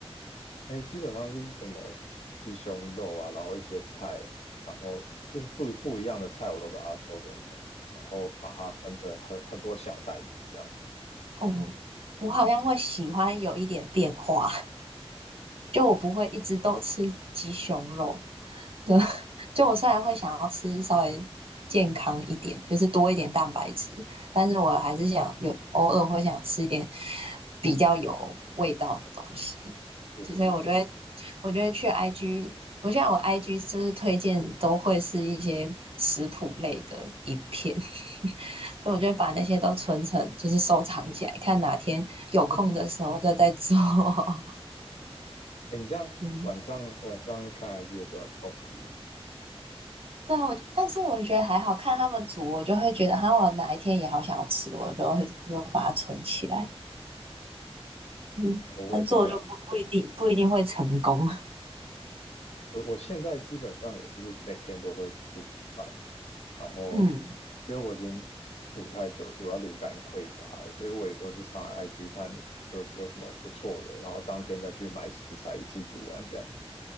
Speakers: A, on the left; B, on the right.
A: 哎，基本上就是什么鸡胸肉啊，然后一些菜，然后就是不不一样的菜，我都把它抽真空，然后把它分成很很多小袋子这样子。
B: 嗯，我好像会喜欢有一点变化。就我不会一直都吃鸡胸肉的，对 <laughs> 就我虽然会想要吃稍微健康一点，就是多一点蛋白质，但是我还是想有偶尔会想吃一点比较有味道的东西，
A: 就是啊，
B: 就所以我就会我就得去 IG，我现在我 IG 就是推荐都会是一些食谱类的影片，<laughs> 所以我就会把那些都存成就是收藏起来，看哪天有空的时候就再做。
A: <laughs>
B: <laughs>
A: 哎，你这样晚上晚上看
B: 嗯
A: i 剧的时候很痛苦的，
B: 对啊，我就但是我觉得还好看他们煮，我就会觉得，哈，我哪一天也好想要吃，我就会就把它存起来。嗯，
A: 我也是这样
B: 但做就不不一定不一定会成功。
A: 我我现在基本上也是每天都会煮饭，然后因为我已经煮太久，
B: <laughs> 嗯，
A: 煮到灵感匮乏了所以我也都是上 IG 看有有什么不错的，然后当天再去买食材，一次煮完这样。